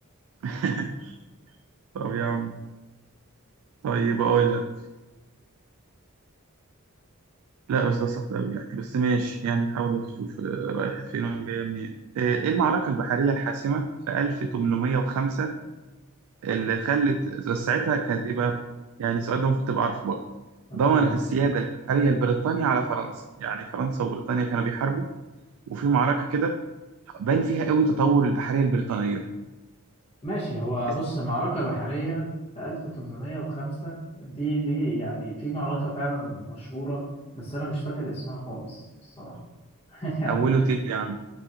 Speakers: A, on the right; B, on the left.
A: <laughs> طب يا عم طيب اقول لك لا بس ده صعب قوي يعني بس ماشي يعني نحاول نشوف آه، رايحة فين وجاية منين آه، ايه المعركة البحرية الحاسمة في 1805 اللي خلت بس ساعتها كانت ايه بقى يعني السؤال ده المفروض تبقى عارفه برضه
B: اوكي
A: ضمنت السيادة البحرية لبريطانيا على فرنسا يعني فرنسا وبريطانيا كانوا بيحاربوا وفي معركة كده بان فيها قوي تطور البحرية البريطانية
B: ماشي هو
A: اسم
B: بص معركة بحرية في 1805 دي دي يعني في معركة فعلا مشهورة بس أنا مش فاكر اسمها خالص الصراحة <laughs> يعني
A: أوله ت يعني